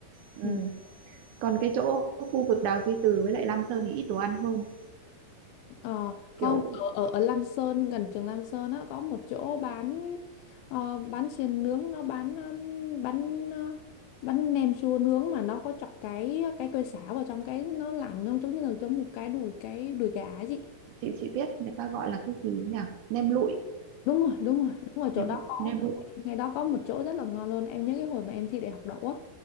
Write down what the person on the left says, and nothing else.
ừ.
ờ, không
ở, ở ở Lam Sơn gần trường Lam Sơn á có một chỗ bán ờ, bán xiên nướng nó bán um, bán ờ, bán nem chua nướng mà nó có chọc cái cái cây sả vào trong cái nó làm nó giống như là giống một cái đùi cái đùi gà ấy chị
đúng rồi đúng rồi đúng rồi chỗ
đó
có
ngay đó có một chỗ rất là ngon luôn em nhớ cái hồi mà em thi đại học đậu á